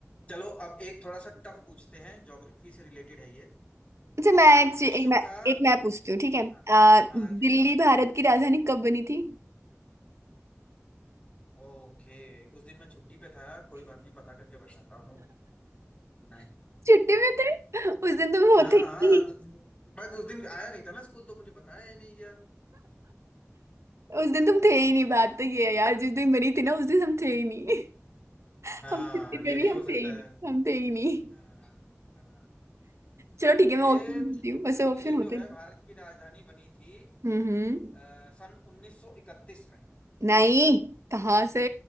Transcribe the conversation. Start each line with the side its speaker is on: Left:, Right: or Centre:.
Left: चलो अब एक थोड़ा सा टफ पूछते हैं ज्योग्राफी से रिलेटेड है ये
Right: अच्छा मैं एक ची-
Left: विश्व
Right: एक मैं
Left: का
Right: एक मैं पूछती हूँ ठीक है
Left: हाँ
Right: आ,
Left: हाँ
Right: दिल्ली
Left: ऐसे एक आप पूछो
Right: भारत की राजधानी कब बनी थी
Left: ओके उस दिन मैं छुट्टी पे था कोई बात नहीं पता करके बताता हूँ
Right: छुट्टी में थे उस दिन तुम होते
Left: हाँ
Right: ही
Left: हाँ
Right: नहीं।
Left: तो बस उस दिन आया नहीं था ना स्कूल तो मुझे बताया ही नहीं गया
Right: उस दिन तुम थे ही नहीं बात तो ये है यार जिस दिन बनी थी ना उस दिन हम थे ही नहीं <laughs>
Left: हाँ
Right: हम छुट्टी पे
Left: ये
Right: नहीं
Left: भी हो
Right: हम
Left: सकता
Right: थे ही नहीं
Left: है
Right: हम थे ही नहीं
Left: हाँ हाँ
Right: चलो ठीक है मैं ऑप्शन
Left: ये दिल्ली
Right: देती हूँ वैसे ऑप्शन होते
Left: जो है
Right: हैं
Left: भारत की राजधानी बनी थी
Right: हम्म हम्म।
Left: अ, सन 1931 में
Right: नहीं कहाँ से